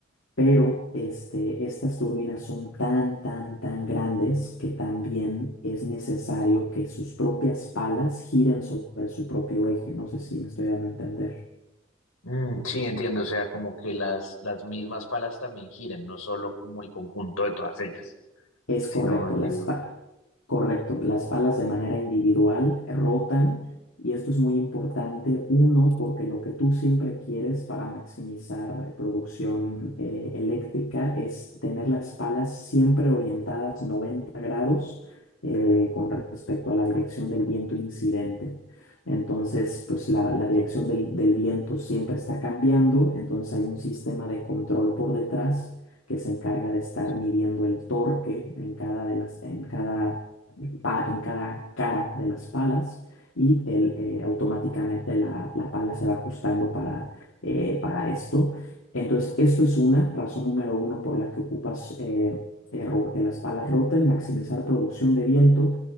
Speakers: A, on the left; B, on the left.
A: pero este, estas turbinas son tan, tan, tan grandes que también es necesario que sus propias palas giren sobre su propio eje. No sé si me estoy dando a entender.
B: Mm, sí, entiendo, o sea, como que las, las mismas palas también giren, no solo como el conjunto de todas ellas,
A: Es
B: sino
A: correcto,
B: individual.
A: las pa- correcto, las palas de manera individual rotan y esto es muy importante, uno, porque lo que tú siempre quieres para maximizar producción eh, eléctrica es tener las palas siempre orientadas 90 grados eh, con respecto a la dirección del viento incidente. Entonces, pues la,
B: Ok,
A: la dirección del del viento siempre está cambiando, entonces hay un sistema de control por detrás que se encarga de estar
B: sí,
A: midiendo el torque en cada, de las, en cada, en cada cara de las palas y el, eh, automáticamente la, la pala se va ajustando para, eh, para esto. Entonces, esto es una razón número uno por la que ocupas eh, eh, de las palas Rotten, maximizar producción de viento,